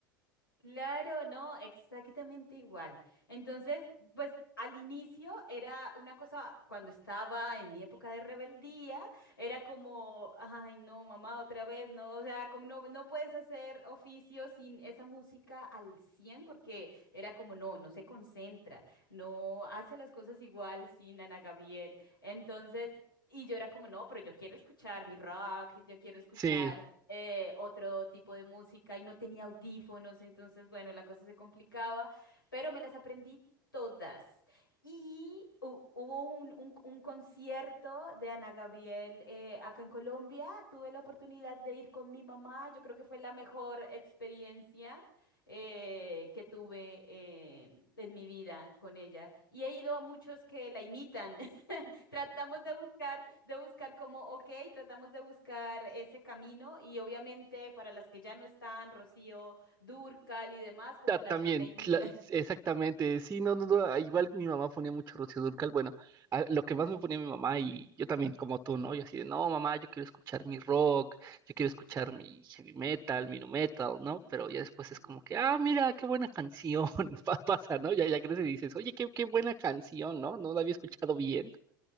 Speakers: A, on the left (about 80°); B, on the right (about 20°).
A: Claro, no, exactamente igual. Entonces, pues al inicio era una cosa, cuando estaba en mi época de rebeldía, era como, ay, no, mamá, otra vez, no, o sea, como no, no puedes hacer oficio sin esa música al 100, porque era como, no, no se concentra, no hace las cosas igual sin Ana Gabriel. Entonces... Y yo era como, no, pero yo quiero escuchar mi rock, yo quiero escuchar
B: Sí,
A: eh, otro tipo de música y no tenía audífonos, entonces, bueno, la cosa se complicaba, pero me las aprendí todas. Y hu- hubo un, un- un concierto de Ana Gabriel eh, acá en Colombia, tuve la oportunidad de ir con mi mamá, yo creo que fue la mejor experiencia eh, que tuve eh, en mi vida con ella. Y he ido a muchos que la imitan, <laughs> Tratamos de buscar, de buscar como, ok, tratamos de buscar ese camino y obviamente para las que ya no están, Rocío Dúrcal y demás, como
B: Ah, También,
A: las que la imitan.
B: la- exactamente. Sí, no, no, no, Igual mi mamá ponía mucho Rocío Dúrcal. Bueno, a- lo que más me ponía mi mamá y yo también como tú, ¿no? Yo así de, no, mamá, yo quiero escuchar mi rock, yo quiero escuchar
A: Ujú,
B: mi heavy metal, mi nu metal,
A: ujú,
B: ¿no? Pero ya después
A: sí.
B: es como que, ah, mira, qué buena canción. <laughs> pa- Pasa, ¿no? Ya, ya creces y dices, oye, qué, qué buena canción, ¿no? No la había escuchado bien.